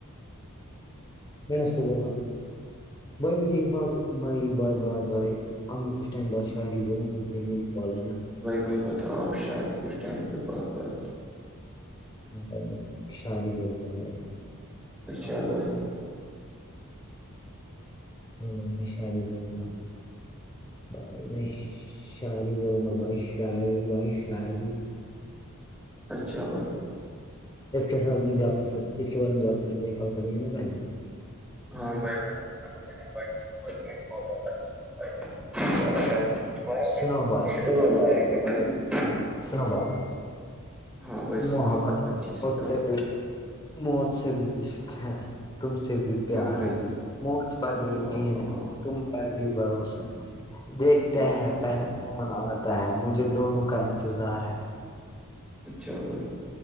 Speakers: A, on the left; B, in the centre.
A: میں نے اس کو بولا بھائی مجھے ایک بات بائے بائے بائے بائے ہم کچھ ٹائم بعد شاعری بولو یہ میری کال ہے نا
B: میں بتاؤ آپ شاید کچھ ٹائم کے بعد بھائی
A: ہاں بھائی میں شاعری بولوں گا بھائی
B: اچھا بھائی
A: ہاں بھائی میں شاعری بولوں گا بھائی میں شعر ہی بولوں گا بھائی شاعری بھائی شاعری
B: اچھا بھائی
A: اس کے ساتھ مجھے آپ ساتھ اس کے بعد مجھے آپ کے ساتھ ایک کال کرنی ہے نا پہلے
B: <inaudible> <inaudible>
A: سنو بھائی سنو بھائی
B: ہاں بھائی
A: محبت
B: سناؤ آپ اچھے
A: موت
B: کہانی
A: سے بھی موت سے بھی عشق ہے تم سے بھی پیار
B: ہاں بھائی
A: ہے مفت پر
B: واہ
A: بھی یقین
B: واہ واہ
A: ہے
B: واہ
A: تم پر بھی بھروسہ ہے دیکھتے
B: واہ
A: ہیں
B: واہ
A: پہلے
B: واہ
A: کون آتا ہے مجھے دونوں کا انتظار ہے
B: اچھا بھائی